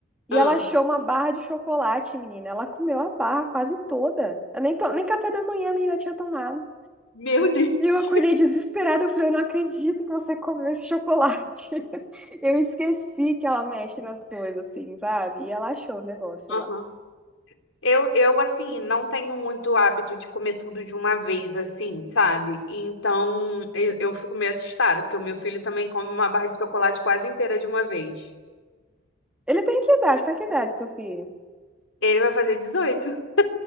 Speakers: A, in the centre; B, on the left.
A: e
B: Hum.
A: ela achou uma barra de chocolate, menina. Ela comeu a barra quase toda. Eu nem, to- nem café da manhã a menina tinha tomado.
B: Meu Deus.
A: E eu acordei desesperada. Eu falei, eu não acredito que você comeu esse chocolate. <laughs> Eu esqueci que ela mexe nas coisas, assim, sabe? E ela achou o negócio
B: Aham.
A: lá.
B: Eu, eu, assim, não tenho muito hábito de comer tudo de uma vez, assim, sabe? Então, eu, eu fico meio assustada, porque o meu filho também come uma barra de chocolate quase inteira de uma vez.
A: Ele tem que idade? Tá que idade, seu filho?
B: Ele vai fazer 18? <laughs>